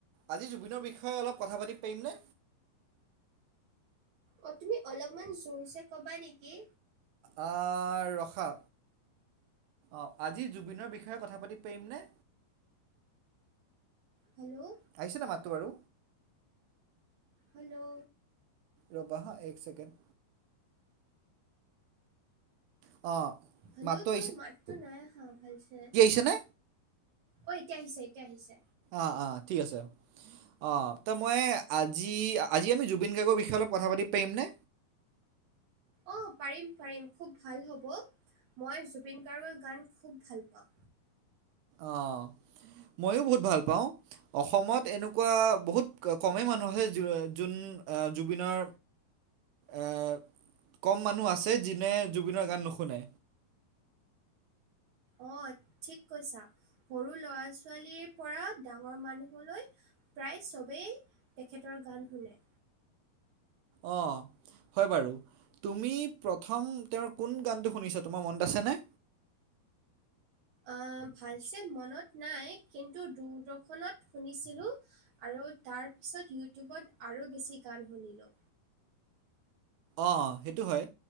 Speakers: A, on the right (about 80°); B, on the right (about 55°).
A: আজি জুবিনৰ বিষয়ে অলপ কথা পাতিব পাইমনে?
B: অ' তুমি অলপমান জোৰচে কবা নেকি?
A: আ আ ৰখা। অঁ, আজি জুবিনৰ বিষয়ে কথা পাতিব পাইমনে?
B: হেল্লও
A: আহিছে নাই মাতটো বাৰু?
B: হেল্লো
A: ৰ'বা হা এক চেকেণ্ড। অঁ।
B: হেলও,
A: মাতটো
B: তোৰ মাতটো নাই আহা ভালচে।
A: ছেনে?
B: অ' এতিয়া আহিছে এতিয়া আহিছে।
A: আ আ ঠিক আছে। অঁ ত মই এ আজি, আজি আমি জুবিন গাৰ্গৰ বিষয়ে অলপ কথা পাতিব পাইমনে?
B: অঁ পাৰিম পাৰিম। খুব ভাল হ'ব, মই জুবিন গাৰ্গৰ গান খুউব ভাল পাওঁ।
A: অঁ, ময়ো বহুত ভাল পাওঁ। অসমত এনেকুৱা বহুত ককমে মানুহ আছে যো যোৱে যোন জুবিনৰ এ কম মানুহ আছে, যোনে জুবিনৰ গান নুশুনে।
B: অঁহ ঠিক কৈছা। সৰু লৰা ছোৱালীৰ পৰা ডাঙৰ মানুহলৈ প্ৰায় চবেই তেখেতৰ গান শুনে।
A: অঁ। হয় বাৰু, তুমি প্ৰথম তেওঁৰ কোন গানটো শুনিছা তোমাৰ মনত আছেনে?
B: অঁ, ভালছে মনত নাই কিন্তু দূৰদৰ্শনত শুনিছিলোঁ আৰু তাৰপিছত ইউটিউবত আৰু বেছি গান শুনিলোঁ।
A: অঁ সেইটো হয়।